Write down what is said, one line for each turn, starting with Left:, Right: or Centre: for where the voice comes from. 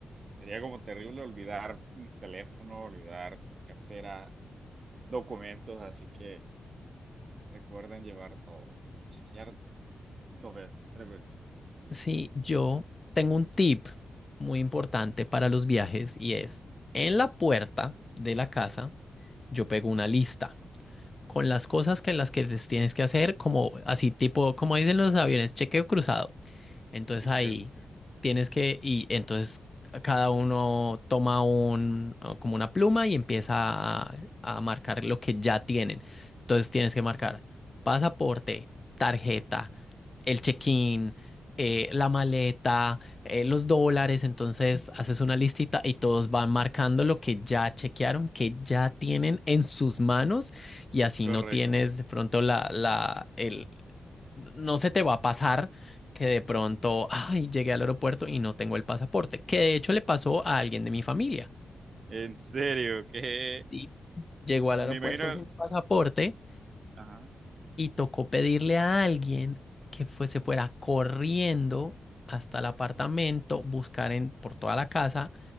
Right: sería como terrible olvidar un teléfono, olvidar cartera, documentos, así que recuerden llevar todo. Chequear dos veces, tres veces. Así que-
Left: Sí, yo tengo un tip muy importante para los viajes y es, en la puerta de la casa, yo pego una lista. con las cosas que las que les tienes que hacer, como así tipo, como dicen los aviones, chequeo cruzado. Entonces
Right: Sí,
Left: ahí
Right: que
Left: tienes que, y entonces cada uno toma un, como una pluma y empieza a, a marcar lo que ya tienen. Entonces tienes que marcar pasaporte, tarjeta, el check-in, eh, la maleta, eh, los dólares. Entonces haces una listita y todos van marcando lo que ya chequearon, que ya tienen en sus manos y así
Right: correcto.
Left: no tienes de pronto la, la, el, no se te va a pasar que de pronto, ay, llegué al aeropuerto y no tengo el pasaporte, que de hecho le pasó a alguien de mi familia.
Right: En serio, que
Left: ¿sí? Llegó al
Right: me
Left: aeropuerto
Right: imagino.
Left: sin pasaporte
Right: Ajá.
Left: y tocó pedirle a alguien que fue- se fuera corriendo hasta el apartamento, buscar en, por toda la casa